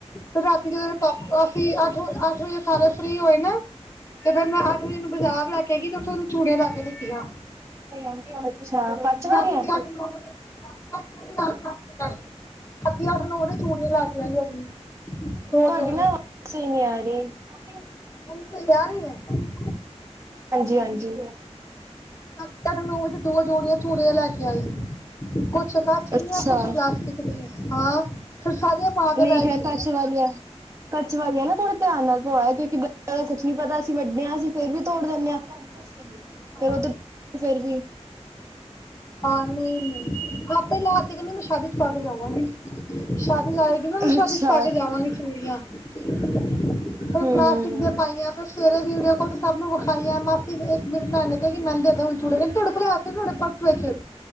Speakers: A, on the left; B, on the right.
A: ਤੇ ਰਾਤੀ ਜਦੋਂ ਟੋਪ ਅੱਸੀਂ ਅੱਠ-ਅੱਠ ਵਜੇ ਸਾਰੇ ਫਰੀ ਹੋਏ ਨੇ, ਤੇ ਫੇਰ ਮੈਂ ਅੱਠ ਵਜੇ ਇਨੂੰ ਬਾਜ਼ਾਰ ਲੈ ਕੇ ਕਏਗੀ ਤੇ ਓਥੋਂ ਤੂੰ ਚੂੜੀਆਂ ਲੈ ਕੇ ਦਿੱਤੀਆਂ।
B: ਅੱਛਾ ਪੰਜ ਵਾਰੀ
A: ਰਾਤੀ
B: ਆ
A: ਅੱਠ-ਨੌਂ ਵਜੇ <unintelligible> ਦੋ
B: ਤੁਹਾਡੀ
A: ਜੋੜੇ
B: ਨਾ ਆਵਾਜ਼ ਸਹੀ ਨੀ ਆ ਰਹੀ।
A: ਹੁਣ ਸਹੀ ਆ ਰਹੀ ਐ?
B: ਹਾਂਜੀ ਹਾਂਜੀ।
A: <unintelligible> ਚ ਦੋ ਜੋੜੀਆਂ ਚੂੜੀਆਂ ਲੈ ਕੇ ਆਈ, ਕੁਛ ਕੱਚ
B: ਅੱਛਾ
A: ਦੀਆਂ ਕੁਛ ਪਲਾਸਟਿਕ ਹਾਂ ਫਿਰ ਸਾਰੀਆਂ ਪਾ ਕੇ
B: ਨਹੀਂ
A: ਬਹਿ
B: ਖੈਰ
A: ਗਈ
B: ਕੱਚ ਵਾਲੀ ਆ, ਕੱਚ ਵਾਲੀ ਆ ਨਾ ਥੋੜਾ ਧਿਆਨ ਨਾਲ ਪਵਾਈਓ ਕਿਉਂਕਿ ਦਾ ਕੁਛ ਨੀ ਪਤਾ, ਅਸੀਂ ਵੱਡੇ ਆ ਅਸੀਂ ਫਿਰ ਵੀ ਤੋੜ ਦਿੰਦੇ ਆ, ਫਿਰ
A: ਹਾਂ
B: ਉਹ ਤੇ ਫਿਰ ਵੀ
A: ਹਾਂ ਨਹੀਂ ਲਾ ਤੇ ਲਾ ਤੇ ਕਹਿੰਦੀ ਮੈਂ ਸ਼ਾਦੀ ਚ ਪਾ ਕੇ ਜਾਵਾਂਗੀ, ਸ਼ਾਦੀ ਲਾਇਕ <unintelligible> ਸ਼ਾਦੀ
B: ਅੱਛਾ
A: ਚ ਪਾ ਕੇ ਜਾਵਾਂਗੀ ਚੂੜੀਆਂ। ਕੁਝ
B: ਹਮ
A: ਪਲਾਸਟਿਕ ਦੀਆਂ ਪਾਈਆਂ, ਫਿਰ ਸਵੇਰੇ ਰੇਲ ਦੇਖਿਓ ਸਭ ਨੂੰ ਵਿਖਾਈਆਂ ਮਾ ਇੱਕ ਮੇਰੀ ਭੈਣ ਨੇ ਕਿਹਾ ਮੈਨੂੰ ਦੇ ਤੇ ਚੂੜੀਆਂ <unintelligible> ਵੇਖੇ